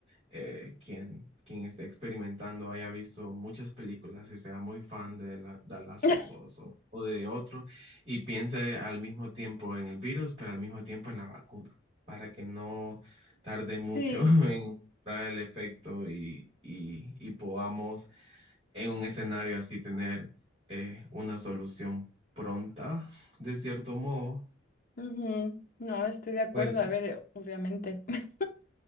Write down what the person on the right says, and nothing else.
eh, quien, quien esté experimentando haya visto muchas películas y sea muy fan de la, The Last
of Us o, o de otro y piense al mismo tiempo en el virus, pero al mismo tiempo en la vacuna, para que no tarde mucho
<laughs> en encontrar el efecto y, y, y podamos en un escenario así tener eh, una solución pronta, de cierto modo.
Pues